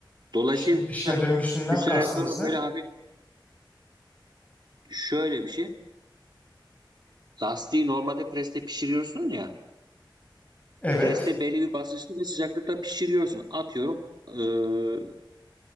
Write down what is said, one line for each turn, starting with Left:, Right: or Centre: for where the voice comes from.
Right: Dolayısıyla
Left: Şimdi pişme döngüsünden
Right: bir süre
Left: kastınız
Right: sonra
Left: ne?
Right: böyle hafif şöyle bir şey. Lastiği normalde preste pişiriyorsun ya.
Left: Evet.
Right: Preste belli bir basınçta ve sıcaklıkta pişiriyorsun. Atıyorum eee